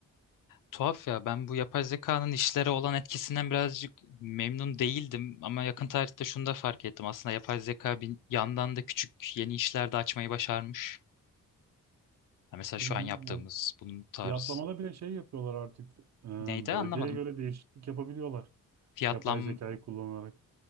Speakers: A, on the left; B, on the right.
A: Tuhaf ya ben bu yapay zekanın işlere olan etkisinden birazcık memnun değildim ama yakın tarihte şunu da fark ettim. Aslında yapay zeka bir yandan da küçük yeni işler de açmayı başarmış. Ha, mesela
B: tabii
A: şu
B: canım
A: an yaptığımız
B: yani.
A: bunun tarz.
B: Fiyatlamada bile şey yapıyorlar artık. Ee,
A: Neydi
B: bölgeye
A: anlamadım.
B: göre değişiklik yapabiliyorlar.
A: Fiyatlam...
B: Yapay zekayı kullanarak.